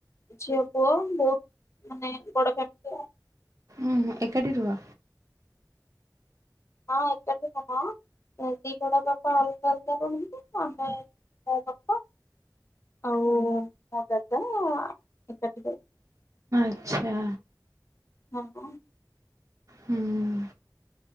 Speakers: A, on the left (about 40°); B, on the right (about 45°).
A: ଝିଅ ପୁଅ ବହୁତ ମାନେ ବଡ <unintelligible>
B: ହଁଁ ଏକାଠି ରୁହ?
A: ହଁ ଏକାଠି <unintelligible> ଦି ବଡ ବାପା ଅଲଗା ଅଲଗା ରୁହନ୍ତି ଆମେ ବାପା ଆଉ ମୋ ଦାଦା ଏକାଠି ରହୁ।
B: ଆଛା।
A: ହଁ ହଁ।
B: ହୁଁ।